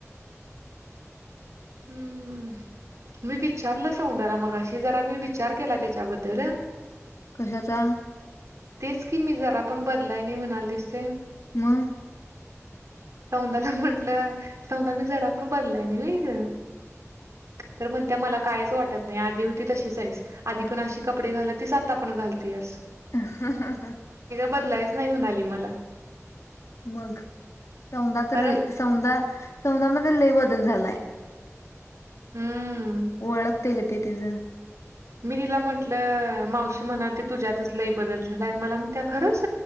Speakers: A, on the right (about 70°); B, on the left (about 65°).
A: हम्म मी विचारलं सौदाला मग अशी जरा मी विचार केला त्याच्याबद्दल
B: कशाचा
A: तेच कि मी जरा पण बदलाय नाही म्हणाल दिसते
B: मग
A: सौदाला म्हंटलं सौदा मी जरा पण तर म्हणत मला कायच वाटत नाही आधी होती तशीच आहेस आधी पण अशी कपडे घाल तीच आता पण घालती अस
B: हा, हा, हा
A: बदलायच नाही म्हणाली मला
B: मग सौदा तर
A: कारण
B: सौदा मध्ये लई बद झालाय
A: हम्म
B: ओळखते का ते तिच
A: मी तिला म्हंटलं मावशी म्हणाल त तुझ्यातच लय बदल झालाय मला म्हणतिया खरंच